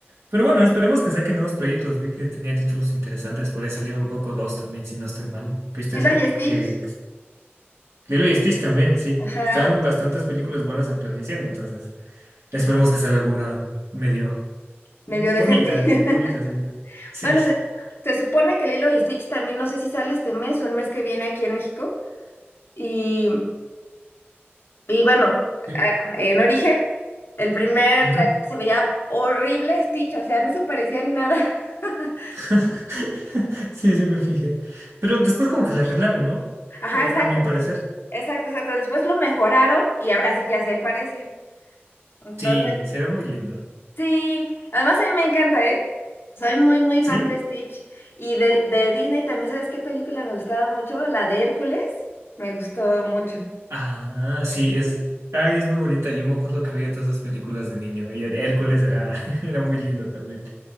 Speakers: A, on the right; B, on the left.
A: Pero bueno, esperemos que saquen nuevos proyectos. Vi que tenía títulos interesantes. Por ahí salió Coco dos también, si no estoy mal. ¿Viste
B: Lilo
A: eso?
B: y Stitch,
A: Que Lilo y Stitch también, sí.
B: ajá,
A: estaban bastantes películas buenas en planeación, entonces esperemos que salga alguna medio
B: medio
A: bonita,
B: decente. <laughs>
A: bonita sería. Sí.
B: Bueno, se, se supone que Lilo y Stitch también, no sé si sale este mes o el mes que viene aquí en México. Y, y bueno,
A: Sí,
B: a- en origen, el primer
A: Ujú.
B: trailer se veía horrible Stitch, o sea, no se parecía en nada. <laughs>
A: <laughs> Sí, sí me fijé. Pero después como que le arreglaron, ¿no?
B: Ajá,
A: Eh,
B: exacto.
A: A mi parecer.
B: Exacto, exacto. Después lo mejoraron y ahora sí ya se parece. Entonces,
A: Sí, se ve muy lindo.
B: sí, además a mí me encanta, ¿eh? Soy muy, muy
A: ¿Sí?
B: fan de Stitch. Y de, de Disney también, ¿sabes qué película me gustaba mucho? La de Hércules. Me gustó mucho.
A: Ah, sí, es, ay, es muy bonita. Yo me acuerdo que veía todas esas películas de niño y Her- Hércules era, <laughs> era muy lindo también.